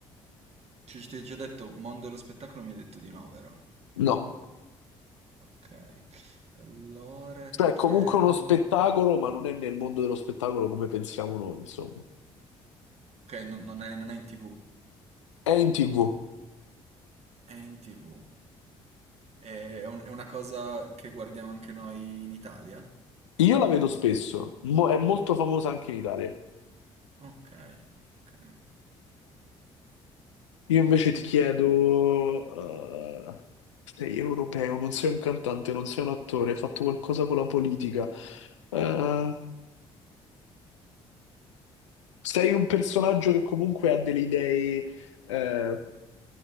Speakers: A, on the right; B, on the left.
A: ci ti ho già detto, mondo dello spettacolo mi hai detto di no, vero?
B: No,
A: Ok, allora
B: cioè
A: ti
B: è
A: chiedo...
B: comunque uno spettacolo, ma non è nel mondo dello spettacolo come pensiamo noi, insomma.
A: Ok, no- non è, non è in TV,
B: È in TV,
A: è in TV. È, è un- è una cosa che guardiamo anche noi in Italia?
B: io la vedo spesso, Mo- è molto famosa anche in Italia.
A: Ok, ok.
B: Io invece ti chiedo, eh, sei europeo, non sei un cantante, non sei un attore, hai fatto qualcosa con la politica, eh, sei un personaggio che comunque ha delle idee, eh,